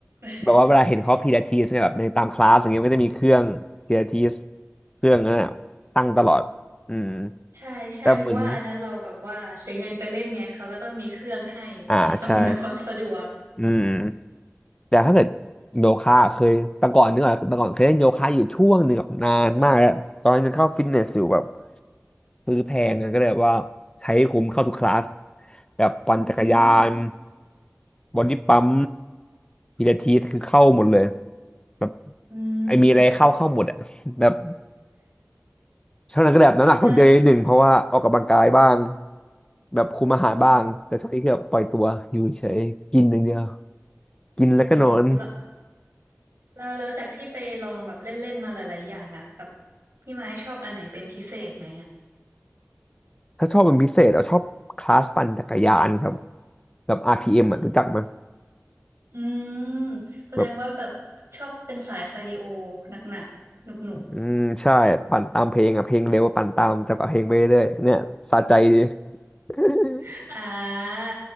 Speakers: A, on the right; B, on the left.
A: <laughs>
B: แบบว่าเวลาเห็นเขาพีลาทิสเนี่ยแบบในตามคลาสอย่างเงี้ยมันก็จะมีเครื่องพีลาทิสเครื่องนั้นน่ะตั้งตลอดอืม
A: ใช่ใช่เพราะว่าอันนั้นเราแบบว่าเสียเงินไปเล่นไงเขาก็ต้องมีเครื่องให้
B: แต่เหมือนอ่าใช่
A: อำนวยความสะดวก
B: อืมแต่ถ้าเกิดโยคะเคยแต่ก่อนนึกออกแต่ก่อนเคยเล่นโยคะอยู่ช่วงหนึ่งแบบนานมากแล้วตอนนั้นยังเข้าฟิตเนสอยู่แบบ ซื้อแพงนะก็เลยแบบว่าใช้คุ้มเข้าทุกคลาสแบบปั่นจักรยาน
A: อืม
B: บอดี้ปั๊มพิลาทิสคือเข้าหมดเลยแบบ
A: อืม
B: ไอมีอะไรเข้าเข้าหมดอะ
A: <laughs>
B: <laughs> แบบช่วงนั้นก็แบบน้ำหนักลดเยอะนิดหนึ่งเพราะว่าออกกำลังกายบ้าง
A: แล้ว
B: แบบคุมอาหารบ้างแต่ช่วงนี้คือแบบปล่อยตัวอยู่เฉยกินอย่างเดียว
A: อ๋อ
B: กินแล้วก็นอน
A: อ๋อแล้วแล้วแล้วจากที่ไปลองแบบเล่นๆมาหลายๆอย่างอ่ะแบบพี่ไม้ชอบอันไหนเป็นพิเศษไหมอ่ะ
B: ถ้าชอบเป็นพิเศษเอาชอบคลาสปั่นจักรยานครับแบบอาร์พี m อมอ่ะรู้จักไหมย
A: อืม อืมแสดงว่าแบบชอบเป็นสายคาร์ดิโอหนักๆหนุก
B: แบบ อืมใช่ปั่นตามเพลงอ่ะเพลงเร็วปั่นตามจับกับเพลงไปเรื่อยๆเนี่ยสะใจดี <laughs>
A: ๆ <laughs> อ่า